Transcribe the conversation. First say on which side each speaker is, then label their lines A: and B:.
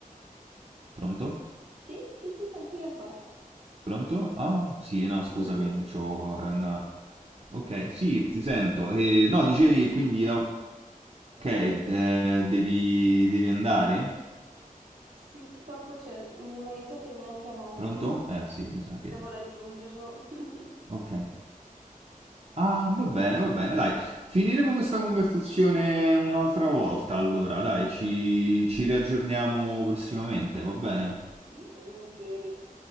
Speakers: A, on the right; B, on the right.
A: pronto?
B: Sì, sì, sì, son qui ancora.
A: Pronto? Ah, sì, no,
B: Mi
A: scusami,
B: senti?
A: c'ho, eh, una- Ok, sì, ti sento. E, no, dicevi quindi, ok, eh, devi, devi andare?
B: Sì, purtroppo c'è mio marito che mi ha chiamato
A: Pronto?
B: e
A: Eh, sì, mi sa
B: devo
A: che...
B: raggiungerlo. <laughs>
A: Ok. Ah, va bene, va bene, dai. Finiremo questa conversazione un'altra volta, allora, dai, ci, ci riaggiorniamo prossimamente, va bene?
B: Sì, volentieri.